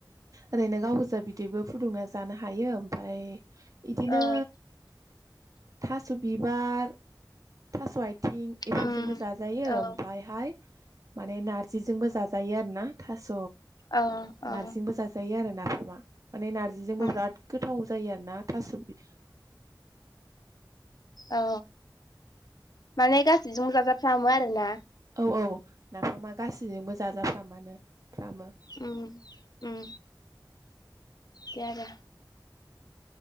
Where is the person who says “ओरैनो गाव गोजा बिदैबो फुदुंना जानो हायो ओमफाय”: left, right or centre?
Right